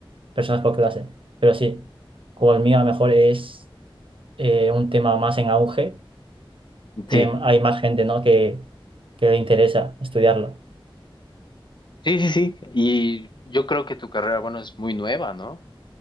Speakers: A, on the right; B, on the left.
A: personas por clase. Pero sí, como el mío a lo mejor es eh, un tema más en auge, tiene-
B: Sí,
A: hay más gente, ¿no? que, que le interesa estudiarlo.
B: sí, sí, sí. Y yo creo que tu carrera, bueno, es muy nueva, ¿no?